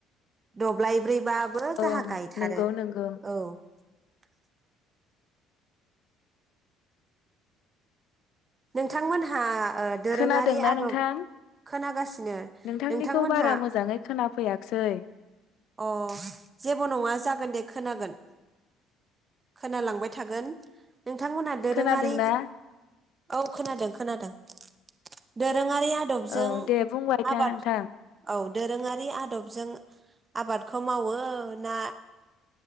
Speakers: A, on the right (about 20°); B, on the left (about 60°).
A: दब्लाय ब्रै बाबो
B: औ
A: जाहा गायथारो
B: नंगौ नंगौ
A: <unintelligible> नोंथांमोनहा ओ दोरोङारि
B: खोनादोंना
A: आदब
B: नोंथां
A: खोनागासिनो
B: नोंथांनिखौ
A: नोंथांमोनहा
B: बारा मोजाङै खोनाफैयाखिसै
A: अ जेबो नङा जागोन दे खोनागोन खोनालांबाय थागोन। नोंथांमोनहा दोरोङारि।
B: खोनादोंना
A: औ खोनादों खोनादों दोरोङारिया आदबजों
B: औ दे बुंबाय था
A: आबाद
B: नोंथां
A: औ दोरोङारि आदबजों आबादखौ मावो ना